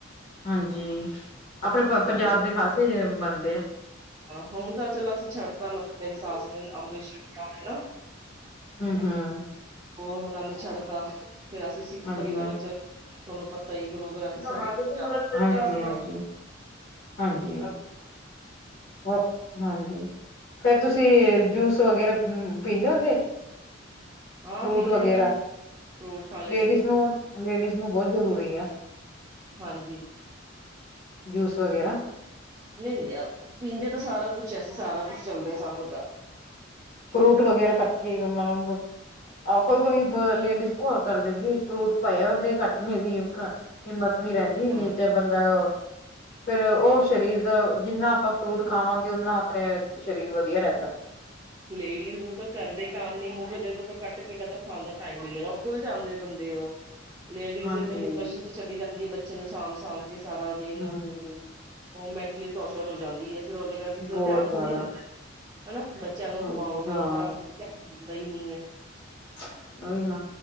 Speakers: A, on the left; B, on the right.
A: ਹਾਂਜੀ, ਆਪਣੇ
B: ਨਹੀਂ
A: ਪਣ
B: ਕਰਦੇ
A: ਪੰਜਾਬ ਦੇ ਖਾਸੇ ਜਿਵੇਂ ਮੰਨਦੇ ਆ।
B: ਹਾਂ ਹੁਣ ਤਾਂ ਚਲੋ ਅਸੀਂ ਛੱਡਤਾ, ਮਤਲਬ ਮੇਰੀ ਸਾਸ ਨੇ ਅੰਮ੍ਰਿਤ ਛੱਕਿਆ ਹੋਇਆ ਨਾ।
A: ਹਮ।
B: ਉਹ ਉਹਨਾਂ ਨੇ ਛੱਡਤਾ, ਫਿਰ ਅਸੀਂ ਸਿੱਖ
A: ਹਾਂਜੀ
B: ਪਰਿਵਾਰ ਚ ਤੁਹਾਨੂੰ ਪਤਾ ਹੀ ਗੁਰੂ ਗ੍ਰੰਥ ਸਾਹਿਬ
A: ਹਾਂਜੀ
B: ਜ਼ਿਆਦਾ ਮੰਨਦੇ
A: ਹਾਂਜੀ
B: ਹਾਂ ਅਸੀਂ ਤਾਂ।
A: ਹਾਂਜੀ, ਹੋ ਹਾਂਜੀ ਫੇਰ ਤੁਸੀਂ ਜੂਸ ਵਗੈਰਾ ਪੀਂਦੇ ਹੁੰਦੇ?
B: ਹਾਂ
A: ਫਰੂਟ
B: ਪੀ ਲੈਣੇ
A: ਵਗੈਰਾ
B: ਹਾਂ, ਫਰੂਟ ਖਾ ਲੇ।
A: ਲੇਡੀਜ਼ ਨੂੰ, ਲੇਡੀਜ਼ ਨੂੰ ਬਹੁਤ ਜ਼ਰੂਰੀ ਆ।
B: ਹਾਂਜੀ
A: ਜੂਸ ਵਗੈਰਾ
B: ਲੈਂਦੇ ਆ ਪੀਂਦੇ ਤਾਂ ਸਾਰਾ ਕੁਛ ਅਸੀਂ ਸਾਰਾ ਕੁਛ ਚੱਲਦਾ ਸਾਨੂੰ ਤਾਂ
A: ਫਰੂਟ ਵਗੈਰਾ ਕੱਟ ਕੇ ਮਤਲਬ ਆਹੋ ਕੋਈ ਕੋਈ ਪ ਲੇਡੀਜ਼ ਘੋਰ ਕਰ ਦਿੰਦੀ ਫਰੂਟ ਪਏ ਹੁੰਦੇ ਕੱਟਣੇ ਦੀ ਹਿਕਾ ਹਿੰਮਤ ਨੀ ਰਹਿੰਦੀ
B: ਹਾਂ
A: ਜਾਂ ਬੰਦਾ ਔ ਫਿਰ ਉਹ ਸਰੀਰ ਦਾ ਜਿੰਨਾ ਆਪਾਂ ਫਰੂਟ ਖਾਵਾਂਗੇ ਉਣਾ ਆਪਣੇ ਸ਼ਰੀਰ ਵਧੀਆ ਰਹਿੰਦਾ
B: ਲੇਡੀਜ਼ ਨੂੰ ਤਾਂ ਕਰਦੇ ਕੰਮ ਨੀ ਮੁੱਕਦੇ ਤੁਟੈ ਕੱਟ ਕੇ ਕਦੋਂ ਖਾਣ ਦਾ ਟਾਈਮ ਮਿਲੇਗਾਲ ਫੁਲਜਾ ਜਾਂਦੇ ਬੰਦੇ ਉਹ। ਲੇਡੀਜ਼
A: ਹਾਂਜੀ
B: ਇਨੇ ਡਿਪ੍ਰੈਸ਼ਨ ਚ ਚਲੀ ਜਾਂਦੀ ਹੈ ਬੱਚੇ ਨੂੰ ਸਾਂਭ-ਸਾਂਭ ਕੇ ਸਾਰਾ ਦਿਨ।
A: ਹਮ
B: ਉਹ ਮੈਂਟਲੀ ਟੋਰਚਰ ਹੋ ਜਾਂਦੀ ਹੈ, ਫੇਰ ਉਹਦੇ ਕਰਕੇ ਫਿਰ
A: ਬਹੁਤ
B: ਉਹ ਧਿਆਨ
A: ਜ਼ਿਆਦਾ
B: ਥੋੜ੍ਹੀ ਰਹਿੰਦਾ ਏ। ਬੱਚਿਆਂ ਨੂੰ
A: ਹਾਂਜੀ
B: ਖਵਾਓ ਪਿਆਓ,
A: ਹਾਂ
B: ਪਰ ਅਪਣਾ ਧਿਆਨ ਹੁੰਦਾ ਹੀ ਨੀ ਹੈ।
A: ਉਹੀ ਨਾ।